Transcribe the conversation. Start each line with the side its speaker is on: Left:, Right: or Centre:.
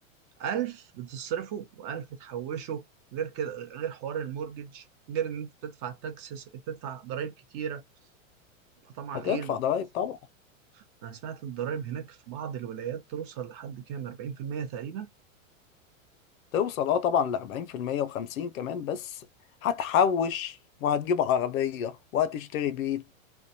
Right: ألف بتصرفه وألف تحوشه غير كده غير حوار المورجج غير إن أنت بتدفع تاكسس بتدفع ضرايب كتيرة فطبعا
Left: هتدفع
Right: إيه الموضوع
Left: ضرايب
Right: صعب.
Left: طبعا
Right: أنا سمعت الضرايب هناك في بعض الولايات توصل لحد كام 40% تقريبا
Left: توصل اه طبعا ل 40% و50 كمان بس هتحوش وهتجيب عربية وهتشتري بيت